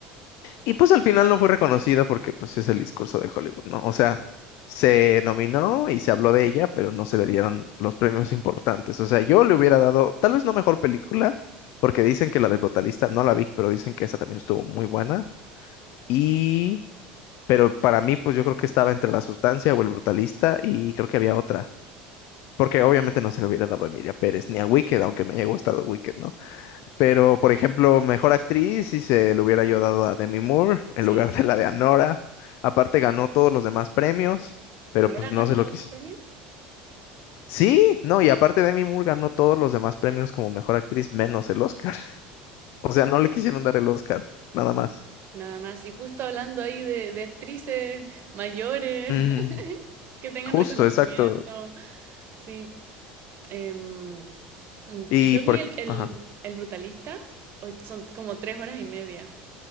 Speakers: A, on the left; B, on the right.
A: Y pues al final no fue reconocida porque pues es el discurso de Hollywood, ¿no? O sea, se nominó y se habló de ella, pero no se le dieron los premios importantes. O sea, yo le hubiera dado, tal vez no mejor película, porque dicen que la del Brutalista no la vi, pero dicen que esa también estuvo muy buena. Y... Pero para mí, pues yo creo que estaba entre La Sustancia o El Brutalista y creo que había otra. Porque obviamente no se le hubiera dado a Emilia Pérez ni a Wicked, aunque me haya gustado Wicked, ¿no? Pero,
B: Ujú.
A: por ejemplo, mejor actriz, si se lo hubiera yo dado a Demi Moore en
B: Sí.
A: lugar de la de Anora. Aparte ganó todos los demás premios, pero
B: Anora
A: pues no
B: ganó
A: se
B: la
A: lo quise.
B: otro premio.
A: Sí, no, y aparte Demi Moore ganó todos los demás premios como mejor actriz menos el Oscar. <laughs> O sea, no le quisieron dar el Oscar, nada más.
B: Nada más. Y justo hablando ahí de, de actrices mayores
A: Mm,
B: <laughs> que tengan
A: justo,
B: reconocimiento.
A: exacto.
B: Sí. em, Mm,
A: Y
B: y Yo
A: por
B: vi
A: ejemplo,
B: el, el-
A: ajá,
B: el Brutalista, o- son como tres horas y media.